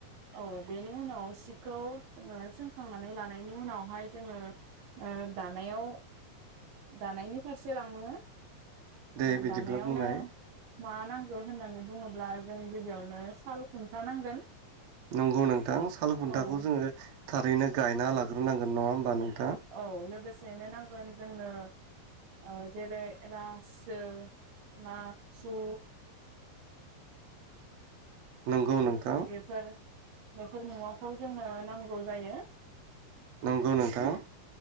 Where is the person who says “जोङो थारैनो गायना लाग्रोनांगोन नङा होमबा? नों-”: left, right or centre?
Right